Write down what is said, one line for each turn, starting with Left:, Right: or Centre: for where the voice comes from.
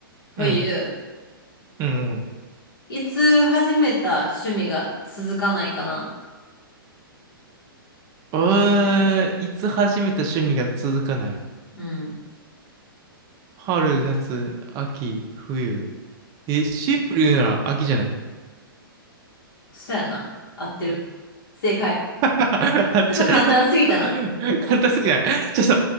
Left: 冬。
Right: うん。うん。うん
Left: いつ始めた趣味が続かないかな
Right: えー、いつ始めた趣味が続かない
Left: うん。
Right: 春、夏、秋、冬。え、シンプルに言うなら秋じゃない
Left: そやな。合ってる。正解。
Right: <laughs> あっちゃ、
Left: ちょっと簡単すぎたな。
Right: <laughs> 簡単すぎない。ちょっと、